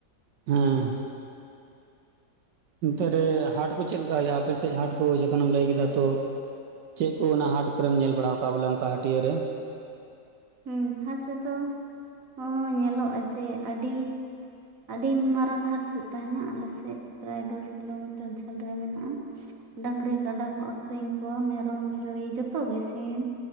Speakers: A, on the right; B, on the right.
A: ᱦᱮᱸ ᱮᱱᱛᱮ ᱨᱮ ᱦᱟᱴ ᱠᱚ ᱪᱮᱫ ᱞᱮᱠᱟ ᱦᱩᱭᱩᱜᱼᱟ ᱟᱯᱮᱥᱮᱫ ᱦᱟᱴ ᱠᱚ ᱡᱚᱠᱷᱚᱱᱮᱢ ᱞᱟᱹᱭ ᱠᱮᱫᱟ ᱛᱚ ᱪᱮᱫ ᱠᱚ ᱚᱱᱟ ᱦᱟᱴ ᱠᱚᱨᱮᱢ ᱧᱮᱞ ᱵᱟᱲᱟᱣ ᱟᱠᱟᱫᱼᱟ ᱵᱚᱞᱮ ᱚᱱᱠᱟ ᱦᱟᱹᱴᱭᱟᱹ ᱨᱮ
B: ᱦᱩᱸ ᱦᱟᱴ ᱨᱮᱫᱚ ᱦᱚᱸ ᱧᱮᱞᱚᱜᱼᱟ ᱡᱮ ᱟᱹᱰᱤ ᱟᱹᱰᱤ ᱢᱟᱨᱟᱝ ᱦᱟᱴ ᱦᱩᱭᱩᱜ ᱛᱟᱦᱮᱱᱟ ᱟᱞᱮᱥᱮᱫ ᱨᱮᱭ ᱫᱚᱥ ᱠᱤᱞᱳᱢᱤᱴᱟᱨ ᱡᱷᱟᱹᱞ ᱨᱮ ᱢᱮᱱᱟᱜᱼᱟ᱾ ᱰᱟᱝᱨᱤ ᱠᱟᱰᱟ ᱠᱚ ᱟᱠᱷᱨᱤᱧ ᱠᱚᱣᱟ ᱢᱮᱨᱚᱢ ᱵᱷᱤᱲᱤ ᱡᱚᱛᱚ ᱜᱮ ᱥᱤᱢ